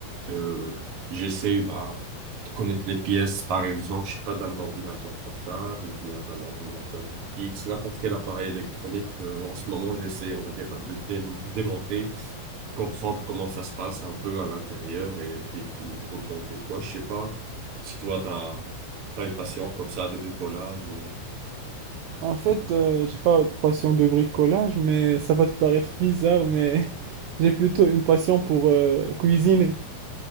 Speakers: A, on the right; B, on the right.
A: Euh, j'essaie bah, de connaître les pièces, par exemple, je suis pas, d'un ordinateur portable ou bien d'un ordinateur fixe, n'importe quel appareil électronique. euh, en ce moment, j'essaie, on va dire, bah, de dé- démonter, comprendre comment ça se passe un peu à l'intérieur et puis de remonter quoi. Je sais pas si toi, t'as, t'as une passion comme ça de bricolage ou...
B: En fait, euh, j'ai pas de passion de bricolage, mais ça va te paraître bizarre, mais <laughs> j'ai plutôt une passion pour euh, cuisiner.